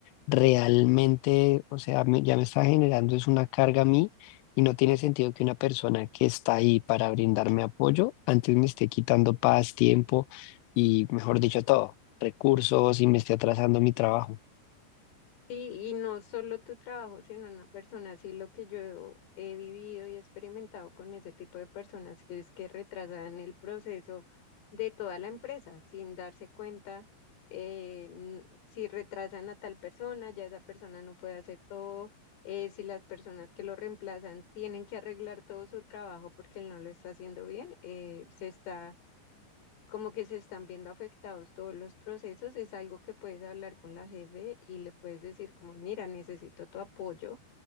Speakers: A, on the left (about 85°); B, on the left (about 65°).
A: realmente, o sea, me- ya me está generando es una carga a mí. Y no tiene sentido que una persona que está ahí para brindarme apoyo antes me esté quitando paz, tiempo y, mejor dicho, todo, recursos y me esté atrasando mi trabajo.
B: Sí, y no solo tu trabajo, sino una persona, sí, lo que yo he vivido y experimentado con ese tipo de personas, que es que retrasan el proceso de toda la empresa sin darse cuenta, eh, n- si retrasan a tal persona, ya esa persona no puede hacer todo, eh, si las personas que lo reemplazan tienen que arreglar todo su trabajo porque él no lo está haciendo bien, eh, se está como que se están viendo afectados todos los procesos, es algo que puedes hablar con la jefe y le puedes decir como, mira, necesito tu apoyo